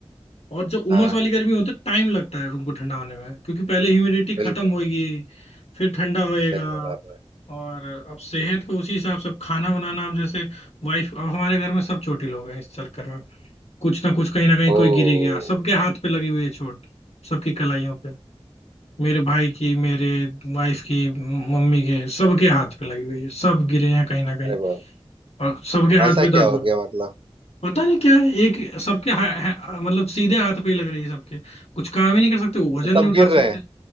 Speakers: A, on the left; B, on the right.
A: और जब उमस
B: हाँ
A: वाली गर्मी होती है टाइम लगता है रूम को ठंडा होने में क्योंकि पहले ह्यूमिडिटी खत्म
B: बिल्कुल
A: होगी
B: बिल्कुल
A: फिर ठंडा होएगा
B: सही बोला आपने
A: और अब सेहत को उसी हिसाब से अब खाना बनाना अब जैसे वाइफ अब हमारे घर में सब छोटी लोग हैं इस चक्कर में कुछ ना कुछ कहीं ना कहीं
B: ओ
A: कोई गिर ही गया सबके हाथ पे लगी हुई है चोट सबकी कलाइयों पे मेरे भाई की मेरे वाइफ की मम्मी के सबके हाथ पे लगी हुई है सब गिरे हैं कहीं ना कहीं
B: अरे वाह
A: और सबके हाथ
B: ऐसा
A: पे
B: क्या
A: दर्द
B: हो
A: हो रहा
B: गया
A: है।
B: मतलब
A: पता नहीं क्या है एक सबके हा, हा, मतलब सीधे हाथ पे ही लग रही है सबके कुछ काम ही नहीं कर सकते वजन
B: तो सब
A: नहीं उठा
B: गिर रहे
A: सकते
B: हैं